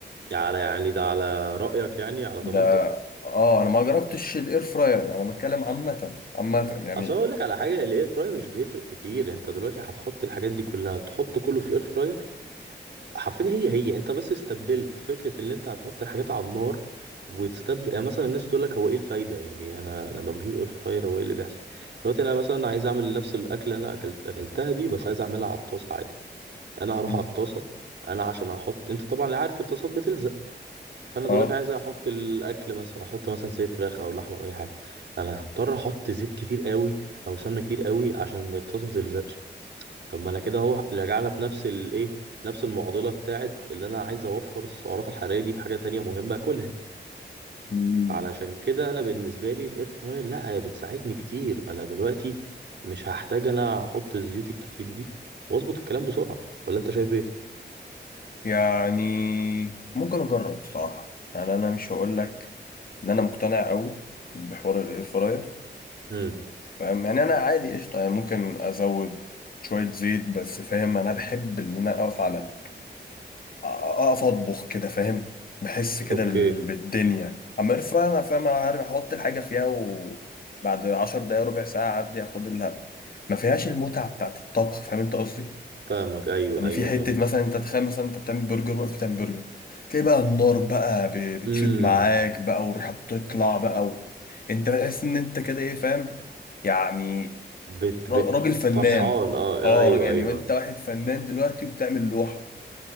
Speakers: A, on the right; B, on the left.
A: على يعني ده على رأيك يعني على
B: ده
A: ضمانتك
B: اه انا ما جربتش الاير فراير انا بتكلم عامة عامة يعني
A: اصل اقول لك على حاجه الاير فراير مش بيفرق كتير انت دلوقتي هتحط الحاجات دي كلها تحط كله في الاير فراير حرفيا هي هي انت بس استبدلت فكره اللي انت هتحط الحاجات على النار وتستبدل يعني مثلا الناس تقول لك هو ايه الفايده يعني انا لما بجيب اير فراير هو ايه اللي بيحصل دلوقتي انا مثلا عايز اعمل نفس الاكله اللي انا اكلت اكلتها دي بس عايز اعملها على الطاسه عادي انا هروح
B: مم.
A: على الطاسه انا عشان احط انت طبعا عارف الطاسات بتلزق فانا دلوقتي
B: اه
A: عايز احط الاكل مثلا احط مثلا زي فراخ او لحمه او اي حاجه انا هضطر احط زيت كتير قوي او سمنه كتير قوي عشان الطاسه ما تلزقش طب ما انا كده اهو رجعنا في نفس الايه نفس المعضله بتاعت اللي انا عايز اوفر السعرات الحراريه دي في حاجه تانية مهمه اكلها
B: مم.
A: فعلشان كده انا بالنسبه لي الاير فراير لا هي بتساعدني كتير انا دلوقتي مش هحتاج انا احط الزيوت الكتير دي واظبط الكلام بسرعه ولا انت شايف ايه
B: يعني ممكن اجرب بصراحة يعني انا مش هقول لك ان انا مقتنع قوي بحوار الاير فراير
A: امم
B: فاهم يعني انا عادي قشطة يعني ممكن ازود شوية زيت بس فاهم انا بحب ان انا اقف على اقف اطبخ كده فاهم بحس كده
A: اوكي
B: بال- بالدنيا اما اير فراير انا فاهم عارف احط الحاجه فيها وبعد 10 دقايق ربع ساعه اعدي اخد لها ما فيهاش المتعه بتاعت الطبخ فاهم انت قصدي
A: فاهمك ايوه
B: يعني
A: ايوه
B: في حته
A: فاهم
B: مثلا انت تخيل مثلا انت بتعمل برجر واقف بتعمل برجر تلاقي بقى النار بقى ب- بتشوت
A: امم
B: معاك بقى والريحه بتطلع بقى و... انت بتحس ان انت كده ايه فاهم يعني
A: بت
B: را-
A: بت
B: راجل فنان
A: فرحان اه
B: اه
A: ايوه
B: راجل يعني
A: ايوه
B: وانت واحد فنان دلوقتي وبتعمل لوحه